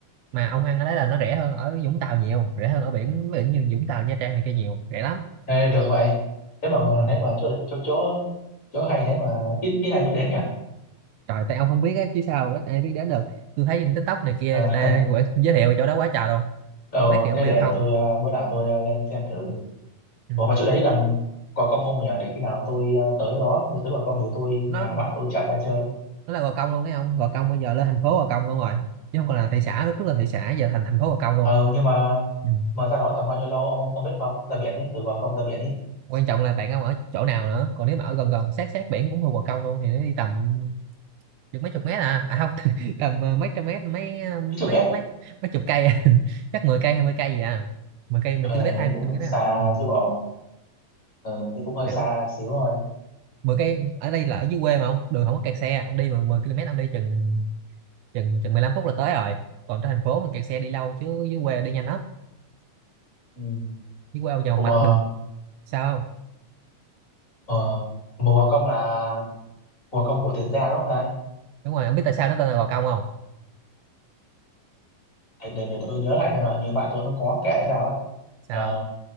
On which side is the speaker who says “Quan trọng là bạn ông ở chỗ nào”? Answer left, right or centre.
Right